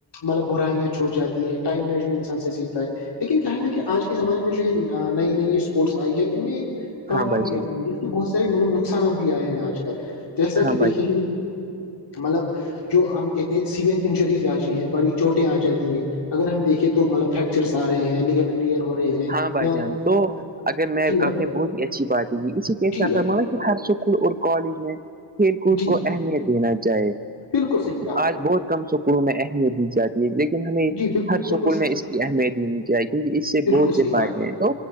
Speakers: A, on the left; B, on the right.
A: مطلب برائیاں چھوٹاتی ہیں ٹائم مج انسان سے سیکھتا ہے لیکن کیا ہے نا کہ آج کے زمانے میں جو یہ نئی نئی اسپورٹس یا ان میں ایک پرابلم
B: ہاں بھائی
A: بھی
B: جان
A: آئی اس کے بہت سارے مطلب نقصانات بھی آئے ہیں آج کل جیسا
B: ہاں
A: کہ
B: بھائی
A: دیکھیں
B: جان
A: مطلب جو ہم کہتے ہیں سیوئر انجریز آ جی ہیں بڑی چوٹیں آ جاتی ہیں اگر ہم دیکیں تو مطلب فریکچرس آ رہے ہیں لیگمنٹ کئر ہو رہے ہیں
B: ہاں بھائی
A: یا
B: جان تو اگر میں
A: جی بھائی
B: آپ نے بہت ہی اچھی بات ہی تھی اسی کیس
A: جی
B: ہر
A: بھائی
B: اسکول اور کالج میں کھیل کود
A: جی
B: کو اہمیت دینا چاہے
A: بالکل صحیح کہا آپ
B: آج بہت کم سکولوں میں اہمیت دی جاتی ہے لیکن ہمیں
A: نے جی بالکل
B: ہر سکول
A: بالکل صحیح
B: میں اہمیت ہینی چاہی کیونک اس سے
A: بالکل
B: بہت پٹے
A: صحیح بات ہے
B: ہیں تو